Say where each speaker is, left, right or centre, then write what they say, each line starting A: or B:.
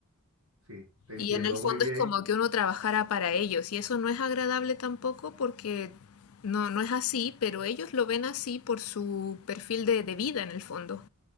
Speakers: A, on the right; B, on the left.
A: sí, te entiendo
B: Y en el fondo
A: muy bien,
B: es como que uno trabajara para ellos y eso no es agradable tampoco porque no, no es así, pero ellos lo ven así por su perfil de, de vida en el fondo.